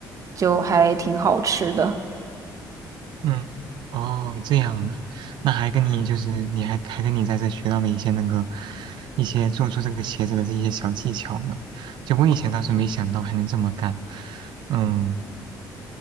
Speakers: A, on the right; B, on the right.
A: 就还挺好吃的。
B: 嗯，哦，这样啊，那还跟你就是你还还跟你在这学到了一些那个一些做出这个鞋子的这些小技巧呢。就我以前倒是没想到还能这么干。嗯。